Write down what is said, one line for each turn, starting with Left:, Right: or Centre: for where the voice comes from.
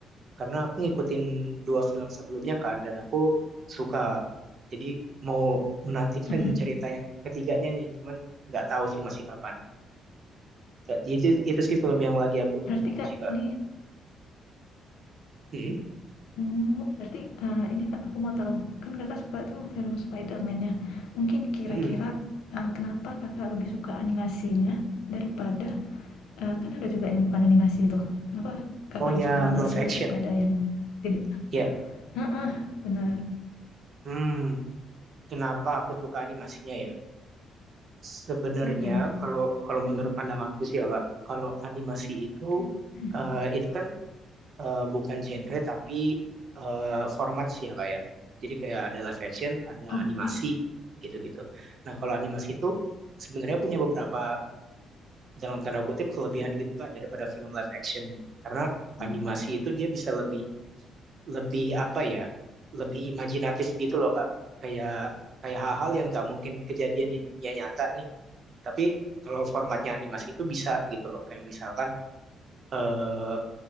Right: karena aku ngikutin dua film sebelumnya kan dan aku suka. Jadi mau menantikan
Left: mhm.
Right: <laughs> cerita yang ketiganya nih. Cuman nggak tahu sih masih kapan. Ya, Itu itu sih film yang lagi aku tunggu-tunggu
Left: Berarti Kak
Right: sih Kak.
Left: ini
Right: Mhm,
Left: oh, berarti, eee, ini Kak aku mau tahu, kan Kakak suka tuh film Spiderman nya mungkin kira-kira,
Right: mhm.
Left: eee, kenapa Kakak lebih suka animasinya daripada eee, kan ada juga yang bukan animasi tuh, kenapa Kakak
Right: Oh ya,
Left: lebih suka animasi
Right: live action.
Left: daripada yang tidak
Right: Ya.
Left: heeh, bener,
Right: Hmm, kenapa aku suka animasinya ya? Sebenarnya
Left: mhm,
Right: kalau kalau menurut pandanganku sih ya, Kak, kalau animasi itu
Left: mhm,
Right: eh, itu kan eh, bukan genre tapi eh, format sih ya, Kak ya. Jadi kayak ada live action, ada
Left: oke,
Right: animasi gitu-gitu. Nah, kalau animasi itu sebenarnya punya beberapa dalam tanda kutip kelebihan gitu Kak daripada film live action karena animasi
Left: oh,
Right: itu dia bisa lebih lebih apa ya lebih imajinatif gitu loh kak kayak kayak hal-hal yang nggak mungkin kejadian di dunia nyata nih tapi kalau formatnya animasi itu bisa gitu loh kayak misalkan eh,